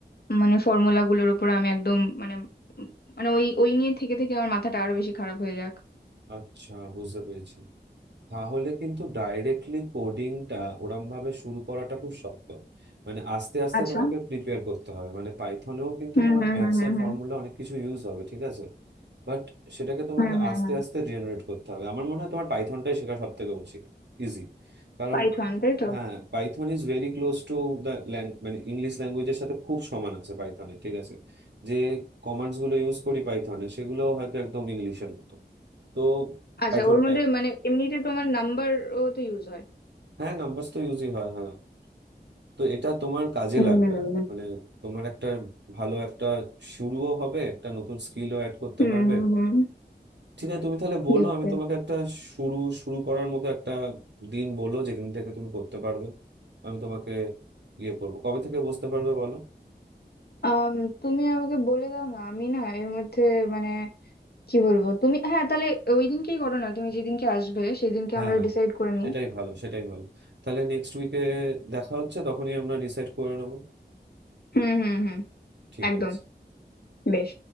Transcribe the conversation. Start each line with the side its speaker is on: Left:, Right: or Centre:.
Left: মানে ফর্মুলা গুলোর উপর আমি একদম মানে উম, মানে ওই ওই নিয়ে থেকে থেকে আমার মাথাটা আরো বেশি খারাপ হয়ে যাক
Right: আচ্ছা বুঝতে পেরেছি তাহলে কিন্তু ডাইরেক্টলি কোডিংটা ওরম ভাবে শুরু করাটা খুব শক্ত মানে আস্তে আস্তে
Left: আচ্ছা
Right: তোমাকে প্রিপেয়ার করতে হবে মানে পাইথনেও কিন্তু
Left: হুম
Right: তোমার
Left: হুম
Right: ম্যাথস
Left: হুম হুম
Right: এর
Left: হুম
Right: ফর্মুলা অনেক কিছু ইউজ হবে ঠিক আছে বাট সেটাকে তোমাকে
Left: হুম হুম
Right: আস্তে
Left: হুম
Right: আস্তে জেনারেট করতে হবে আমার মনে হয় তোমার পাইথনটাই শেখা সব থেকে উচিত ইজি কারণ
Left: পাইথন তাই তো
Right: হ্যাঁ Python is very close to the মানে ইংলিশ ল্যাঙ্গুয়েজের সাথে খুব সমান আছে পাইথনের ঠিক আছে যে কমান্ডস গুলো ইউজ করি পাইথনে সেগুলো হয়তো একদম ইংলিশের মতো তো
Left: আচ্ছা
Right: পাইথনটাই
Left: ওর মধ্যে মানে এমনিতে তোমার নাম্বার ও তো ইউজ
Right: হ্যাঁ নাম্বারস তো ইউজই হয় হ্যাঁ তো এটা তোমার কাজে
Left: হয়
Right: লাগবে মানে তোমার একটা ভালো একটা শুরুও হবে একটা নতুন স্কিলও অ্যাড করতে
Left: হুম
Right: পারবে
Left: হুম হুম
Right: ঠিক আছে তুমি তাহলে বলো
Left: বেশ
Right: আমি
Left: বেশ
Right: তোমাকে একটা শুরু শুরু করার মতো একটা দিন বলো যেখান থেকে তুমি করতে পারবে আমি তোমাকে ইয়ে করবো কবে থেকে বসতে পারবে বলো
Left: আম, তুমি আমাকে বলে দাও না আমি না এর মধ্যে মানে কি বলবো তুমি হ্যাঁ তাহলে ওই দিনকেই করো না তুমি যেদিনকে আসবে সেদিনকে
Right: হ্যাঁ
Left: আমরা ডিসাইড করে নিই
Right: সেটাই ভালো সেটাই ভালো তাহলে নেক্সট উইকে দেখা হচ্ছে তখনই আমরা ডিসাইড করে নেবো
Left: হুম হুম হুম
Right: ঠিক
Left: একদম
Right: আছে
Left: বেশ